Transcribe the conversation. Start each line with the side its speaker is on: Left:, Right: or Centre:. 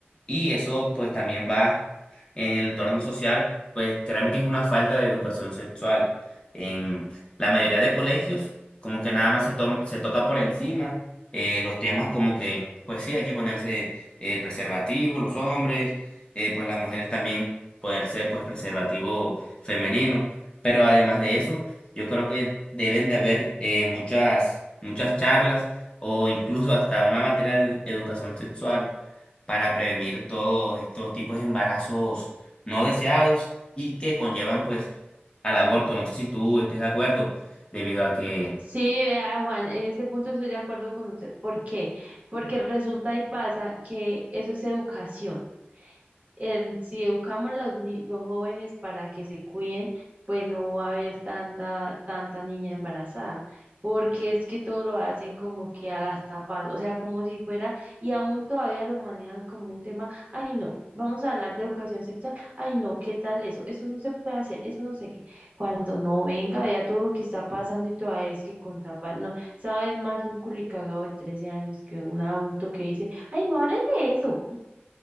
Left: Y eso pues también va en el entorno social, pues créeme que es una falta de educación sexual. En la mayoría de colegios como que nada más se toma, se toca por encima eh, los temas como que pues sí hay que ponerse el preservativo, los hombres, eh, pues las mujeres también ponerse pues preservativo femenino. Pero además de eso, yo creo que deben de haber eh, muchas, muchas charlas o incluso hasta una materia de edu- educación sexual para prevenir todos estos tipos de embarazos no deseados y que conllevan pues al aborto. No sé si tú estés de acuerdo, debido a que
Right: Sí, vea, Juan, en este punto estoy de acuerdo con usted. ¿Por qué? Porque resulta y pasa que eso es educación. el- si educamos a los, ni- los jóvenes para que se cuiden, pues no va a haber tanta, tanta niña embarazada, porque es que todo lo hacen como que a las tapas, o sea, como si fuera, y aún todavía lo manejan como un tema, ay no, vamos a hablar de educación sexual, ay no, ¿qué tal eso? Eso no se puede hacer, eso no sé qué. Cuando no venga, vea todo lo que está pasando y todavía es que con tapas, no, sabes más un culicagado de 13 años que un adulto que dice, ay no hables de eso.